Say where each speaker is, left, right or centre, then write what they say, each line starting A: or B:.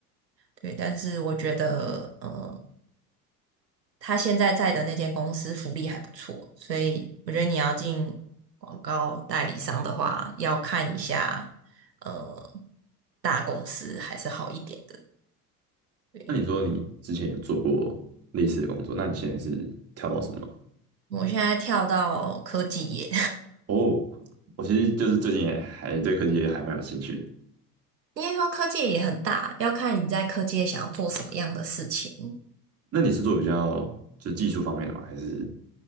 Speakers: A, on the right; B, on the right.
A: 对。但是我觉得，呃，他现在在的那间公司福利还不错，所以我觉得你要进广告代理商的话，要看一下，呃，大公司还是好一点的。对，
B: 那你说你之前有做过类似的工作，那你现在是跳到什么？
A: 我现在跳到科技业，
B: 哦，我其实就是最近也还对科技也还蛮有兴趣的。
A: <laughs> 应该说科技业也很大，要看你在科技业想要做什么样的事情。
B: 那你是做比较就是技术方面的吗？还是